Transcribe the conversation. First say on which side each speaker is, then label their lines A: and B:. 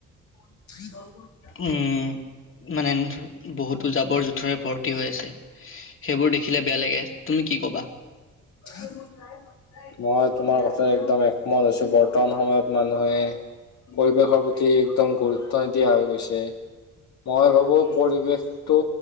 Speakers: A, on the left; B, on the left.
A: <inaudible>
B: উম মানে বহুটো জাবৰ-জোঁথৰে ভৰ্তি হৈ আছে। সেইবোৰ দেখিলে বেয়া লাগে। তুমি কি ক'বা?
A: <inaudible> মই তোমাৰ কথা একদম একমত হৈছোঁ, বৰ্তমান সময়ত মানুহে পৰিৱেশৰ প্ৰতি একদম গুৰুত্ব নিদিয়া হৈ গৈছে। মই ভাবো পৰিৱেশ টো